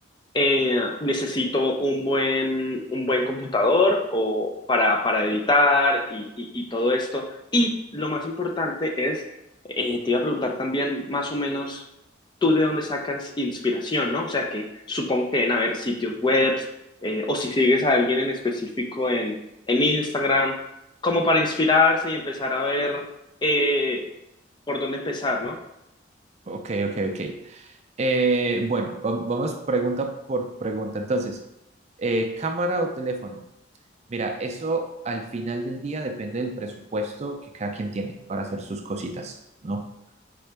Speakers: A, on the left (about 25°); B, on the right (about 35°).
A: eh, necesito un buen, un buen computador o para, para editar y, y- y todo esto. Y lo más importante es, eh, te iba a preguntar también más o menos tú de dónde sacas inspiración, ¿no? O sea, que supongo que deben haber sitios web eh, o si sigues a alguien en específico en, en Instagram, como para inspirarse y empezar a ver eh, por dónde empezar, ¿no?
B: Ok, ok, ok. Eh, bueno, va- vamos pregunta por pregunta. Entonces, eh, ¿cámara o teléfono? Mira, eso al final del día depende del presupuesto que cada quien tiene para hacer sus cositas, ¿no?